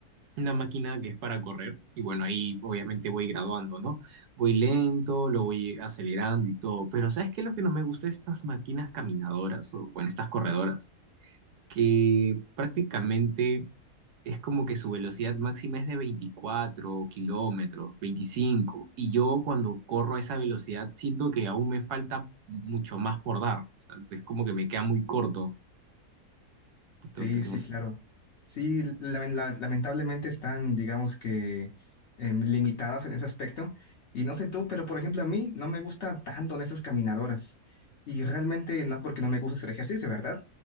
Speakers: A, on the right; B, on the left.
A: una máquina que es para correr y bueno, ahí obviamente voy graduando, ¿no? Voy lento, lo voy acelerando y todo, pero ¿sabes qué es lo que no me gusta de estas máquinas caminadoras o bueno, estas corredoras? Que prácticamente es como que su velocidad máxima es de 24 kilómetros, 25, y yo cuando corro a esa velocidad siento que aún me falta mucho más por dar, o sea, es como que me queda muy corto, entonces
B: Sí, sí,
A: no sé.
B: claro. Sí, la- la- lamentablemente están, digamos que, em, limitadas en ese aspecto. Y no sé tú, pero por ejemplo a mí no me gusta tanto en esas caminadoras. Y realmente no es porque no me gusta hacer ejercicio, ¿verdad?